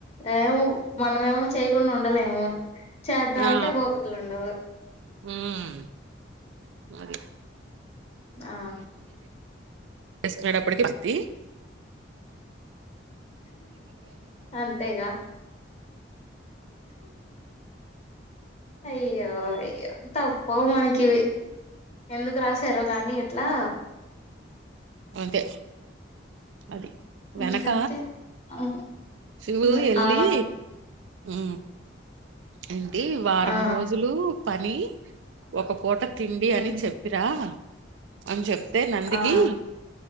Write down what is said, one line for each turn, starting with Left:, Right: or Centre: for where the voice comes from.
Left: ఏవు మనమేమో చేయకుండా ఉండలేము. చేద్దామంటే
Right: ఆ
Left: ఓపికలు ఉండవు.
Right: ఉమ్ మరి
Left: ఆ
Right: చేసుకునేటప్పటికి పతి
Left: అంతేగా అయ్యో అయ్యో తప్పవ్ మనకి ఇవి ఎందుకు రాశారో కానీ ఇట్లా
Right: అంతే అది వెనక
Left: ఇంకంతే ఆ
Right: శివు
Left: హ్మ్.
Right: ఎల్లి
Left: ఆ
Right: ఉ ఏంటి వారం
Left: ఆ
Right: రోజులు పని ఒక ట తిండి
Left: హ్మ్.
Right: అని చెప్పిరా అని చెప్ వస్తే నందికి
Left: ఆ